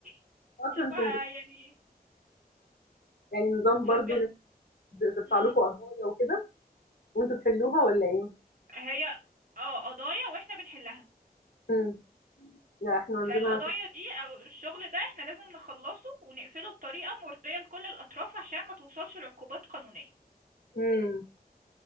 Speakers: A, on the right (about 55°); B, on the left (about 75°).
A: <laughs>
B: أصلًا
A: عشان ما-
B: كنتم
A: يعني
B: يعني نظام
A: فبجد
B: برضه إن أنتم ترفع
A: مم.
B: لكم قضايا وكده وأنتم تحلوها والّا إيه؟
A: هي اه قضايا واحنا بنحلها
B: إمم. لأ إحنا عندنا
A: فالقضايا
B: ش
A: دي أو الشغل ده احنا لازم نخلصه ونقفله بطريقة مرضية لكل الأطراف عشان ما توصلش لعقوبات قانونية
B: إمم.